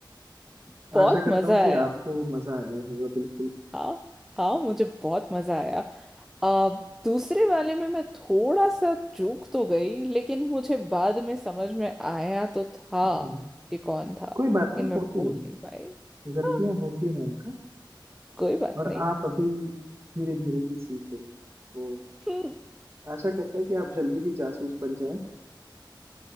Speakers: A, in the centre; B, on the right.
A: <laughs> बहुत
B: आशा करता
A: मजा
B: हूँ कि
A: आया
B: आपको मजा आया होगा बिल्कुल
A: हाँ हाँ मुझे बहुत मजा आया आ, दूसरे वाले में मैं थोड़ा सा चूक तो गई लेकिन मुझे बाद में समझ में आया तो था
B: हम्म।
A: कि कौन था
B: कोई बात
A: लेकिन
B: नहीं
A: मैं
B: होती
A: बोल
B: है
A: नहीं पाई
B: गलतियां
A: हाँ
B: होती हैं उनका
A: कोई बात
B: और
A: नहीं
B: आप अभी धीरे धीरे ही सीख रहे हैं तो
A: हम्म,
B: आशा करता है कि आप जल्दी ही जासूस बन जाएं